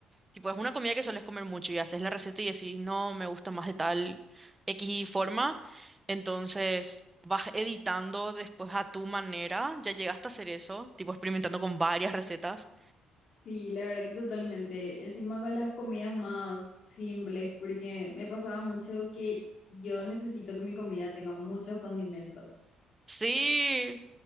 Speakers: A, on the right (about 15°); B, on the left (about 60°).
A: tipo es una comida que sueles comer mucho y haces la receta y decís, no, me gusta más de tal X forma, entonces vas editando después a tu manera, ya llegaste a hacer eso, tipo experimentando con varias recetas.
B: Sí, la verdad que totalmente. Encima con las comidas más simples, porque me pasaba mucho que yo necesito que mi comida tenga muchos condimentos.
A: Sí,